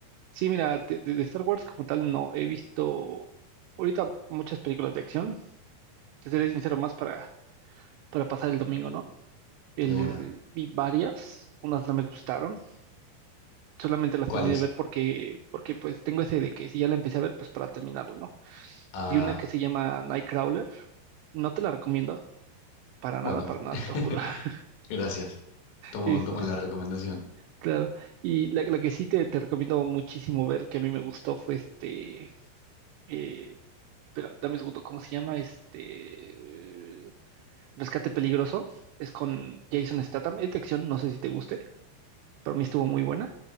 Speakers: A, on the right (about 85°); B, on the left (about 70°).
A: Sí, mira, de, de- de Star Wars como tal no he visto ahorita muchas películas de acción, te seré sincero, más para para pasar el domingo, ¿no? El,
B: De buena.
A: vi varias, unas no me gustaron, solamente las
B: ¿Cuál
A: terminé
B: es?
A: de ver porque, porque pues tengo ese de que si ya la empecé a ver, pues para terminarlo, ¿no?
B: Ah,
A: Vi una que se llama Nightcrawler, no te la recomiendo, para
B: bueno,
A: nada, para nada,
B: <laughs>
A: te lo juro. <laughs>
B: gracias. Tomo,
A: Es-
B: tomo la recomendación.
A: claro, y la, la que sí te, te recomiendo muchísimo ver, que a mí me gustó, fue este, eh, espera, dame un segundo, ¿cómo se llama? Este, Rescate Peligroso, es con Jason Statham, es de acción, no sé si te guste, pero a mí estuvo muy buena.